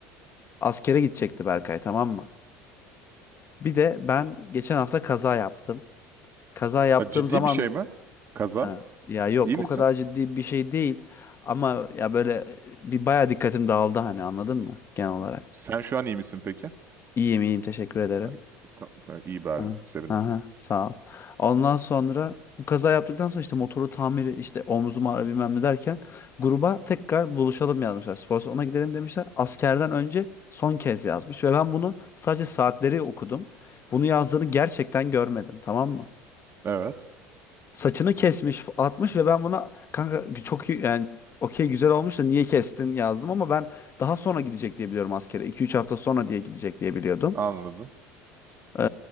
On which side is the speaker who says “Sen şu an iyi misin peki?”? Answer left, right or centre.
Right